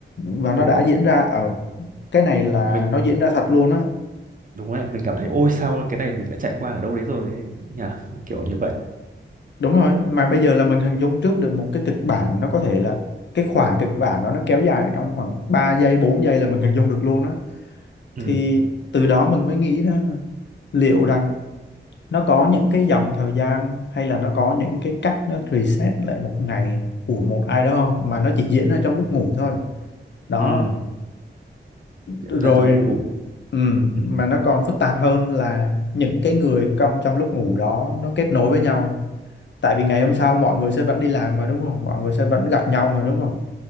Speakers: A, on the left (about 65°); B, on the right (about 45°).
A: và nó
B: ừ
A: đã diễn ra ở cái này là
B: mình
A: nó diễn ra thật luôn á
B: đúng đấy mình cảm thấy ôi sao cái này mình đã trải qua ở đâu đấy rồi đấy nhỉ kiểu như vậy
A: Đúng rồi, mà bây giờ là mình hình dung trước được một cái kịch bản nó có thể là cái khoảng kịch bản đó nó kéo dài trong khoảng 3 giây, 4 giây là mình hình dung được luôn đó.
B: ừ
A: Thì từ đó mình mới nghĩ ra là liệu rằng nó có những cái dòng thời gian hay là nó có những cái cách nó reset lại một ngày của một ai đó không mà nó chỉ diễn ra trong lúc ngủ thôi. Đó,
B: ừ diễn
A: rồi
B: ra trong lúc ngủ
A: ừ,
B: ừ
A: mà nó còn phức tạp hơn là những cái người trong trong lúc ngủ đó nó kết nối với nhau tại vì ngày hôm sau mọi người sẽ vẫn đi làm mà đúng không mọi người sẽ vẫn gặp nhau mà đúng không